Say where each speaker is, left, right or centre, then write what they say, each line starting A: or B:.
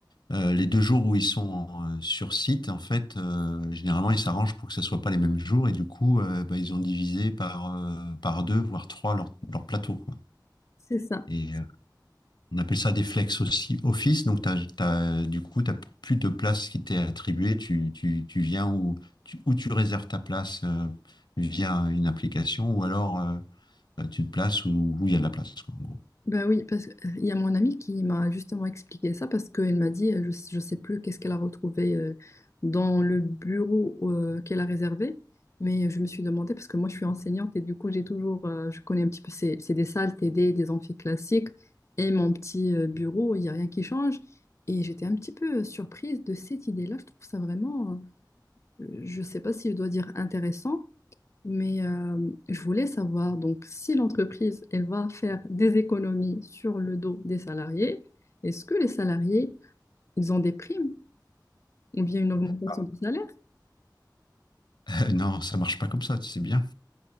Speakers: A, on the left; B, on the left.
A: Euh, les deux jours où ils sont en- euh, sur site, en fait, euh, généralement, ils s'arrangent pour que ce soit pas les mêmes jours, et du coup, euh, bah, ils ont divisé par, euh, par deux, voire trois leur, leur plateau, quoi.
B: C'est ça.
A: Et, euh, On appelle ça des flex aussi office. Donc, t'as- t'as- du coup, tu n'as plus de place qui t'est attribuée. Tu, tu- tu viens ou tu, ou tu réserves ta place euh, via une application ou alors euh, tu te places où où il y a de la place, quoi, en gros.
B: Ben oui, parce qu'il y a mon amie qui m'a justement expliqué ça parce qu'elle m'a dit, euh, je ne sais plus qu'est-ce qu'elle a retrouvé euh, dans le bureau euh, qu'elle a réservé, mais je me suis demandé, parce que moi je suis enseignante et du coup j'ai toujours, euh, je connais un petit peu, c'est c'est des salles T D des amphis classiques et mon petit euh, bureau, il n'y a rien qui change. Et j'étais un petit peu surprise de cette idée-là, je trouve ça vraiment, euh, je ne sais pas si je dois dire intéressant, mais euh, je voulais savoir, donc, si l'entreprise, elle va faire des économies sur le dos des salariés, est-ce que les salariés, ils ont des primes ou bien une augmentation
A: Ah,
B: du salaire?
A: Euh, non, ça marche pas comme ça, tu sais bien.